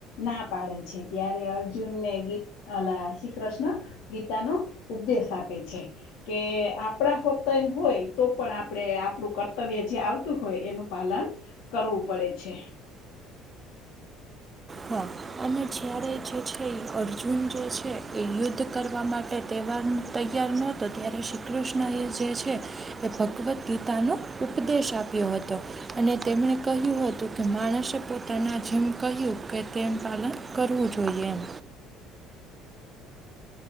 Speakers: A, on the left; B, on the right.
A: ના પાડે છે ત્યારે અર્જુન ને ગીત અલા શ્રી કૃષ્ણ ગીતાનો ઉપદેશ આપે છે કે આપણા હોતાય હોય તો પણ આપડે આપડું કરતા કરતવ્ય જે આવતું હોય એનું પાલન કરવું પડે છે
B: હા અને જ્યારે જે છે એ અર્જુન જે છે એ યુદ્ધ કરવા માટે તહેવાર તૈયાર નતો ત્યારે શ્રી કૃષ્ણ એ જે છે એ ભગવદ ગીતાનો ઉપદેશ આપ્યો હતો. અને તેમણે કહ્યું હતું કે માણસે પોતાના જીમ કહ્યું કે તેમ પાલન કરવું જોઈએ એમ